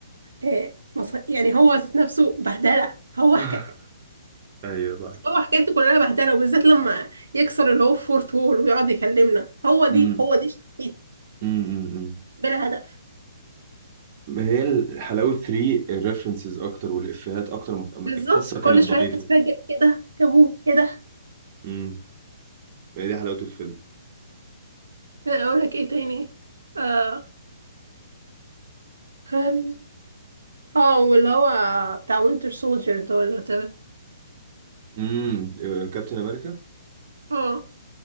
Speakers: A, on the right; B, on the right.
A: آه، مص- يعني هو ذات نفسه بهدلة هو
B: <laughs>
A: حكا...
B: ايوه صح
A: هو حكايته كلها بهدلة وبالذات لما يكسر اللي هو فورث وول ويقعد يكلمنا هو دي
B: امم
A: هو دي شخصيته
B: امم امم
A: بلا هدف
B: ما هي ال- حلاوه 3 الريفرنسز اكتر والافيهات اكتر م... م-
A: بالظبط
B: القصه كانت
A: كل شوية
B: ضعيفه
A: تتفاجئ ايه ده جابوه ايه ده
B: امم ما هي دي حلاوه الفيلم
A: اقول لك ايه تاني اه أم. اه واللي هو بتاع وينتر سولجر ده ولا تمام
B: امم كابتن امريكا
A: اه